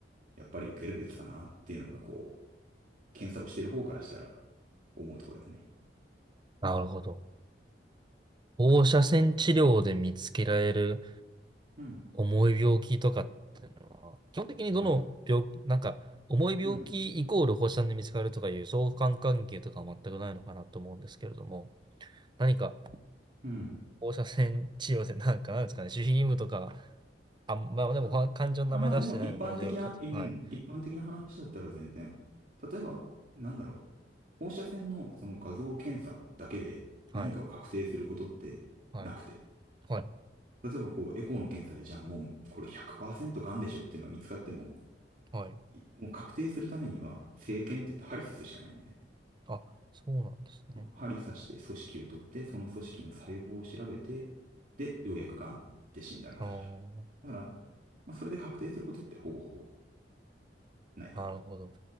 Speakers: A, on the right; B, on the right.
A: やっぱり受けるべきかなっていうのが、こう、検査をしてる方からしたら思うところだよね。
B: なるほど。放射線治療で見つけられる
A: うん。
B: 重い病気とかっていうのは、基本的にどの病気、
A: まあ
B: なんか、重い病気イコール放射線で見つかるとかいう相関関係とかは全くないのかなと思うんですけれども、
A: うん。
B: 何か
A: うん。
B: 放射線治療でなんか、なんですかね、守秘義務とか、あ、まあでもか漢字の名前出してないので大丈夫かと。
A: あ、あまあでも一般的な、うん、
B: はい。
A: 一般的な話だったら全然。例えば、なんだろう、放射線のその画像検査だけで何かを確定することってなくて、
B: はい。はい。はい。
A: 例えばこう、エコーの検査で、じゃあもうこれ100%がんでしょっていうのが見つかっても、
B: はい。
A: いもう確定するためには、生検って言って針刺すしかないんだよね。
B: あ、そうなんですね。
A: 針刺して組織を取って、その組織の細胞を調べて、で、ようやくがんって診断がされる。
B: ああ、
A: だから、まあ、それで確定することってほぼほぼないかな。
B: なるほど。
A: だか